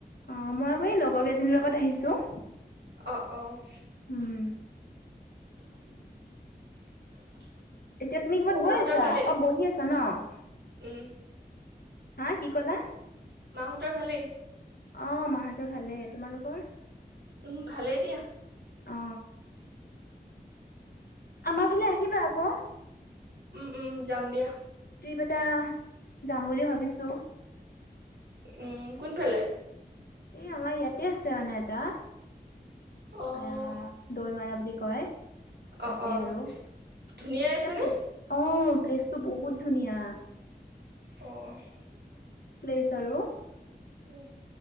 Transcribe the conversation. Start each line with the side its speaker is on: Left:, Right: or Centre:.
Left: অ', মই আকৌ এই লগৰ কেইজনীৰ লগত আহিছো।
Right: অ', অ'।
Left: উম,
Right: <inaudible>
Left: এতিয়া তুমি কৰ'বাত গৈ
Right: মাহঁতৰ
Left: আছা?
Right: ভালেই
Left: অ', বহি আছা ন'?
Right: উম,
Left: হা, কি ক'লা?
Right: মাহঁতৰ ভালেই।
Left: অ', মাহঁতৰ ভালেই, তোমালোকৰ?
Right: উম, ভালেই দিয়া।
Left: অ আমাৰ ফালে আহিবা আকৌ
Right: উম, উম যাম দিয়া
Left: ট্ৰিপ এটা যাম বুলি ভাবিছোঁ
Right: উম কোনফালে
Left: এই আমাৰ ইয়াতে আছে মানে এটা
Right: অ',
Left: এ দৈ মাৰা বুলি কয়
Right: অ',
Left: তাতে
Right: অ',
Left: আৰু
Right: ধুনীয়াই আছেনে
Left: ত অ প্লেচটো বহুত ধুনীয়া
Right: অঁ
Left: প্লেছ আৰু
Right: উম